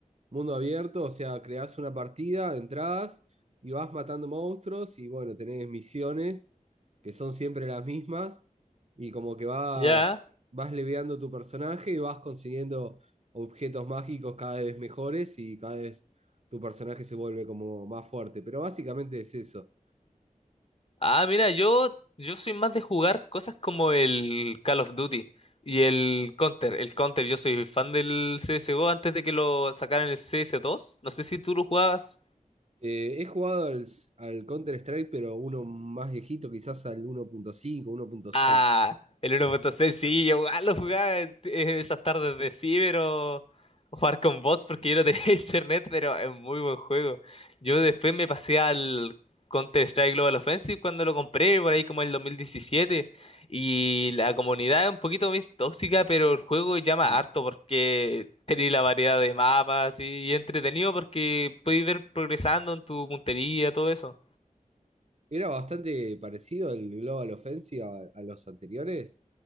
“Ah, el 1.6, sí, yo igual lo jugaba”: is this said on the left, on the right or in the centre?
Left